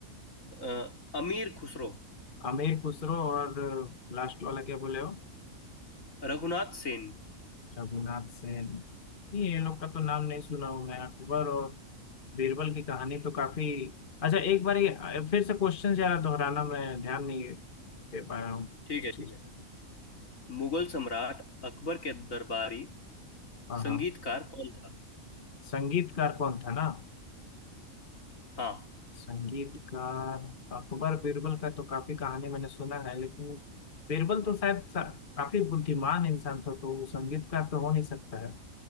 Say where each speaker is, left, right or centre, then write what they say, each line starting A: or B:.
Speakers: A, on the left; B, on the left.
A: अ, अमीर खुसरो
B: आमिर खुसरो और लास्ट वाला क्या बोले हो
A: रघुनाथ सेन
B: रघुनाथ सेन ये ये लोग का तो नाम नहीं सुना हूं मैं अकबर और बीरबल की कहानी तो काफी अच्छा एक बार ये फिर से क्वेश्चन जरा दोहराना मैं ध्यान नहीं दे पा रहा हूँ
A: ठीक
B: इस
A: है
B: चीज़
A: ठीक है
B: को।
A: मुगल सम्राट अकबर के दरबारी
B: हाँ
A: संगीतकार
B: हाँ
A: कौन था
B: संगीतकार कौन था ना
A: हाँ
B: संगीतकार अकबर बीरबल का तो काफी कहानी मैंने सुना है लेकिन बीरबल तो शायद सा- काफी बुद्धिमान इंसान था तो वो संगीतकार तो हो नहीं सकता है